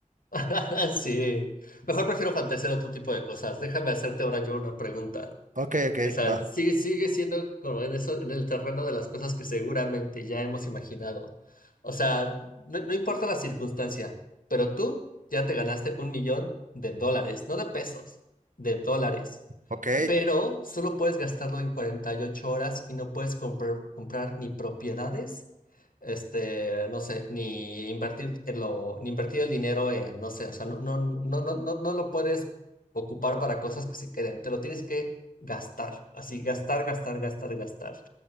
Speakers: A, on the left (about 90°); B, on the right (about 70°).
A: <laughs> Sí, mejor prefiero fantasear otro tipo de cosas. Déjame hacerte ahora yo una pregunta.
B: Ok, ok,
A: O sea,
B: va.
A: sigue, sigue siendo como en eso, en el terreno de las cosas que seguramente ya hemos imaginado. O sea, no, no importa la circunstancia, pero tú ya te ganaste un millón de dólares, no de pesos, de dólares
B: Ok.
A: pero solo puedes gastarlo en 48 horas y no puedes comprar, comprar ni propiedades, este, no sé, ni invertir en lo, ni invertir el dinero en, no sé, o sea, no, no, no, no, no, no lo puedes ocupar para cosas que se queden, te lo tienes que gastar, así, gastar, gastar, gastar, gastar.